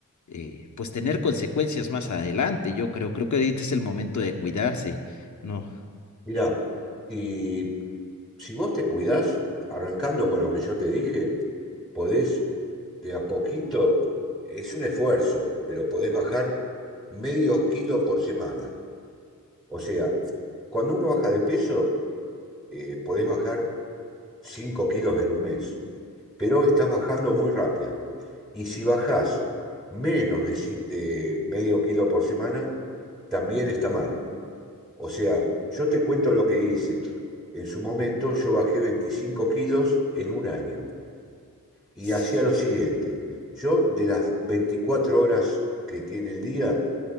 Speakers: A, on the left (about 60°); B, in the centre.
A: eh, pues tener consecuencias más adelante, yo creo, creo que ahorita es el momento de cuidarse, ¿no?
B: Mirá, y si vos te cuidás, arrancando con lo que yo te dije, podés de a poquito, es un esfuerzo, pero podés bajar medio kilo por semana. O sea, cuando uno baja de peso, eh, podés bajar 5 kilos en un mes, pero estás bajando muy rápido. Y si bajás menos de, si- de medio kilo por semana, también está mal. O sea, yo te cuento lo que hice. En su momento
A: Ujú.
B: yo bajé 25 kilos en un año y
A: S-
B: hacía lo siguiente. Yo de las 24 horas que tiene el día,